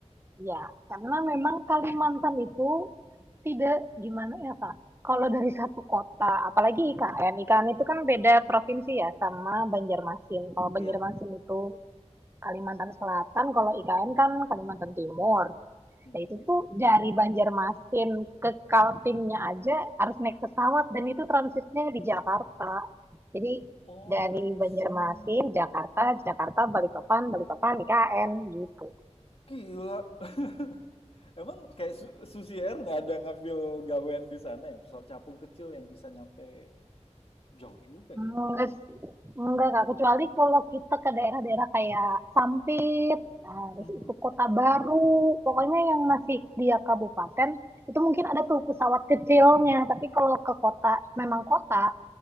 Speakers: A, on the right; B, on the left.
A: Ya, karena memang Kalimantan itu tidak gimana ya, Kak? Kalau dari satu kota, apalagi IKN, IKN itu kan beda provinsi ya sama Banjarmasin.
B: M
A: Kalau
B: iya.
A: Banjarmasin itu Kalimantan Selatan, kalau IKN kan Kalimantan Timur.
B: Mhm.
A: Nah, itu tuh dari Banjarmasin ke Kaltimnya aja harus naik pesawat dan itu transitnya di Jakarta. Jadi
B: Oh,
A: dari
B: pantesan.
A: Banjarmasin, Jakarta, Jakarta, Balikpapan, Balikpapan, IKN gitu.
B: Gila. <laughs> Emang kayak Su Susi Air nggak ada ngambil gawean di sana yang Pesawat capung kecil yang bisa nyampe jauh juga
A: Enggak,
B: ya?
A: sih. enggak Kak. Kecuali kalau kita ke daerah-daerah kayak Sampit, nah, terus
B: Mhm
A: itu
B: mhm.
A: Kota Baru, pokoknya yang masih dia kabupaten, itu mungkin ada tuh pesawat kecilnya. Tapi kalau ke kota, memang kota,